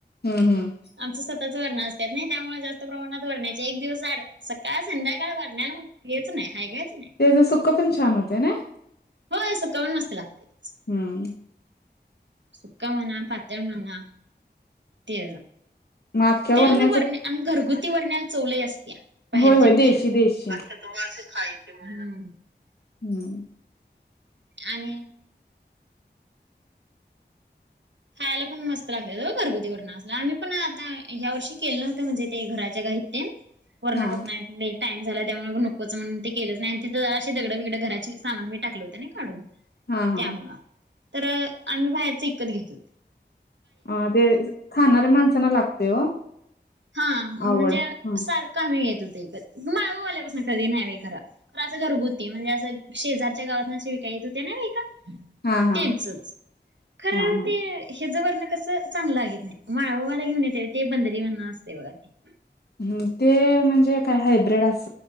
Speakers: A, on the left; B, on the right.
A: हम् हम्
B: आमच स्वतच वरण असतात नाही त्यामुळे जास्त प्रमाणात वरण्याचे एक दिवस सकाळ संध्याकाळ वरण्यालाग हेच नाही हागयच नाही
A: तेच सुख पण छान होते ना
B: होय सुक पण मस्त लागत
A: हम्म
B: सुका म्हणा पा तळ मणा ते
A: मग अख्ख्या
B: तेलग
A: वरण्याच
B: पर आणि घरगुती वर्ण्याल चव लय असत्या बाहेरच्या
A: होय होय
B: पेक्षा
A: देशी देशी
B: त मासे खायचे म्ह
A: हम्म
B: आणि खायला पण मस्त लागतात घरगुती व न असला आम्ही पण आता ह्या वर्षी केलं नव्हतं म्हणजे ते घराच्या गाई ते वरण
A: हा
B: टोकणार टाइम झाला त्यामुळेग नकोच म्हण ते केलंच नाही आणि तथं अे दगड बगडं घराचे सामान मी टाकलं होते ना नाही काढून
A: हा हा
B: त्यामुळ तर आम्ही बाहेरच इत घेत हो
A: अ ते खाणाऱ्या माणसांना लागते हो
B: हा म्हणजे
A: आवड हा
B: सारखं आम्ही घेत होत विकत माळव आल्यापासून कधी नाही बाई खर असं घरगुती म्हणजे असं शेजारच्या गावातूने विकाय येत होती नाही बाई
A: हा हा
B: तेचच खर
A: हा हा
B: ते, ह ज वरण कसं चांगलं लागत नाही माळ ववाला घेऊन येते ते बंदरी म्हण असते बघा ते
A: ह्म ते म्हणजे काय हायब्र्रीड अस